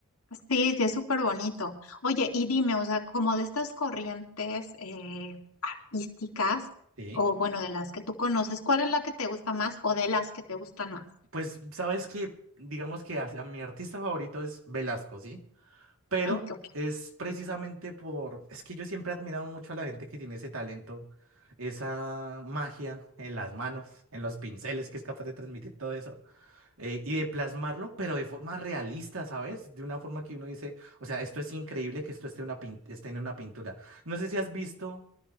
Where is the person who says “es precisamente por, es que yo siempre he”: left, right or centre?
Right